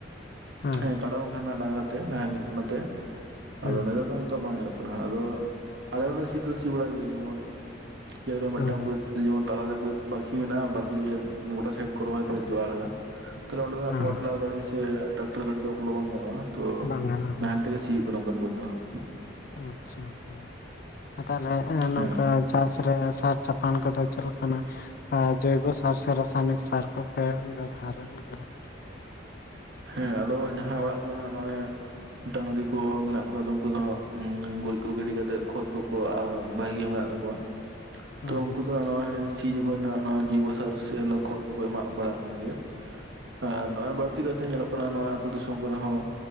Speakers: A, on the right; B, on the left.
A: <inaudible>
B: ᱦᱩᱸ
A: ᱦᱮᱸ ᱠᱟᱰᱟ ᱵᱟᱝᱠᱷᱟᱱ ᱱᱟᱦᱟᱜ ᱰᱟᱝᱨᱟ ᱛᱮ ᱱᱟᱦᱮᱞ ᱱᱟᱛᱮ <inaudible> ᱟᱫᱚ
B: ᱦᱩᱸ
A: <unintelligible>
B: ᱦᱩᱸ
A: ᱚᱱᱠᱟ ᱵᱟᱝ ᱧᱮᱞᱚᱜ ᱠᱟᱱᱟ ᱟᱫᱚ <inaudible> ᱟᱞᱮ ᱫᱚ ᱥᱤ ᱫᱚ ᱥᱤ ᱵᱟᱲᱟ ᱜᱮ ᱡᱮᱢᱚᱱ ᱡᱟ ᱜᱮ ᱢᱤᱫᱴᱟᱝ
B: ᱦᱩᱸ
A: ᱵᱟᱹᱫᱽ ᱡᱮᱢᱚᱱ ᱛᱟᱞᱟᱨᱮ ᱵᱟᱹᱫᱽ ᱵᱟᱠᱷᱤ ᱢᱮᱱᱟᱜᱼᱟ ᱵᱟᱫ ᱵᱟᱠᱤ ᱜᱚᱴᱟ ᱥᱟᱤᱰ ᱠᱚ ᱨᱚᱦᱚᱭ ᱪᱟᱵᱟ ᱟᱠᱟᱫᱟ ᱛᱟᱦᱞᱮ ᱚᱸᱰᱮᱱᱟᱜ
B: ᱦᱩᱸ
A: ᱯᱳᱴᱞᱟ ᱜᱟᱹᱰᱤ ᱥᱮ ᱴᱟᱠᱴᱟᱨ ᱜᱟᱹᱰᱤ ᱫᱚ ᱵᱚᱞᱚ ᱵᱟᱝ ᱜᱟᱱᱚᱜᱼᱟ ᱛᱚ
B: ᱵᱟᱝᱟ
A: <inaudible>
B: ᱦᱩᱸ
A: ᱱᱟᱦᱮᱞ ᱛᱮᱜᱮ ᱥᱤᱭᱩᱜ ᱱᱚᱝᱠᱟᱱ ᱵᱟᱹᱫᱽ ᱫᱚ ᱦᱟᱸᱜ
B: ᱟᱪᱪᱷᱟ ᱦᱩᱸ <inaudible> ᱛᱟᱦᱚᱞᱮ
A: ᱦᱟᱸᱜ
B: ᱱᱚᱝᱠᱟ ᱪᱟᱥ ᱨᱮ ᱥᱟᱨ ᱪᱟᱯᱟᱱ ᱠᱚᱫᱚ ᱪᱮᱫ ᱞᱮᱠᱟᱱᱟ ᱟᱨ ᱡᱚᱭᱵᱚ ᱥᱟᱨ ᱥᱮ ᱨᱟᱥᱟᱭᱚᱱᱤᱠ ᱥᱟᱨ ᱠᱚᱯᱮ ᱵᱮᱵᱷᱦᱟᱨᱮᱫ ᱜᱮᱭᱟ
A: ᱦᱮᱸ ᱟᱫᱚ ᱡᱟᱦᱟ ᱚᱲᱟᱜ ᱠᱚᱨᱮᱱᱟᱜ ᱱᱚᱜᱼᱚᱭ ᱰᱟᱹᱝᱨᱤ ᱠᱚ ᱢᱮᱱᱟᱜ ᱠᱚᱣᱟ ᱟᱫᱚ ᱩᱱᱠᱩ ᱫᱚ ᱦᱟᱸᱜ <unintelligible> ᱜᱩᱨᱤᱡ ᱠᱚ ᱜᱤᱰᱤ ᱠᱟᱛᱮᱜ ᱠᱷᱚᱛ ᱠᱚ ᱠᱚ <unintelligible> ᱵᱷᱟᱜᱤ ᱢᱮᱱᱟᱜ <unintelligible>
B: ᱦᱩᱸ
A: ᱛᱚ ᱩᱱᱠᱩ ᱫᱚ ᱱᱚᱜᱼᱚᱭ ᱥᱤ ᱡᱚᱠᱷᱚᱡ ᱱᱟᱦᱟᱜ ᱱᱚᱣᱟ ᱡᱚᱭᱵᱚ ᱥᱟᱨ ᱥᱮ ᱠᱷᱚᱛ ᱠᱚ ᱠᱚ ᱮᱢᱟᱜ ᱵᱟᱲᱟᱜ ᱠᱟᱱ ᱜᱮᱭᱟ <unintelligible> ᱟᱨ ᱱᱚᱜᱚᱭ ᱵᱟᱲ ᱛᱤ ᱠᱟᱛᱮ ᱧᱮᱞᱚᱜ ᱠᱟᱱᱟ ᱱᱚᱜᱼᱚᱭ ᱟᱹᱛᱩ ᱫᱤᱥᱚᱢ ᱠᱚᱨᱮ ᱦᱚᱸ